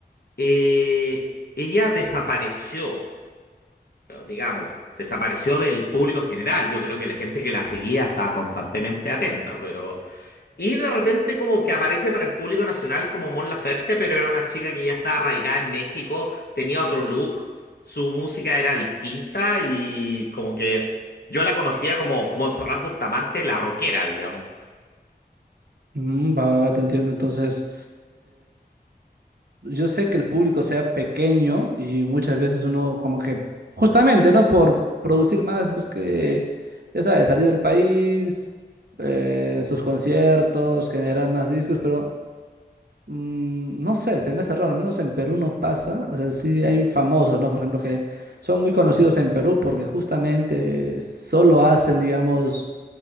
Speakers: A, on the left (about 65°); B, on the right (about 70°).
A: eh, ella desapareció, claro, digamos, desapareció del público general. Yo creo que la gente que la seguía estaba constantemente atenta, pero... Y de repente como que aparece para el público nacional como Mon Laferte, pero era una chica que ya estaba radicada en México, tenía otro look, su música era distinta y como que yo la conocía como Montserrat Bustamante, la rockera, digamos.
B: Mm, va, va, va, te entiendo. Entonces, yo sé que el público sea pequeño y muchas veces uno como que, justamente, ¿no? Por producir más, busque, ya sabes, salir del país, eh, sus conciertos, generar más discos, pero mm, no sé, se me hace raro, al menos en Perú no pasa, o sea, sí hay famosos, ¿no? Por ejemplo, que son muy conocidos en Perú porque justamente solo hacen, digamos,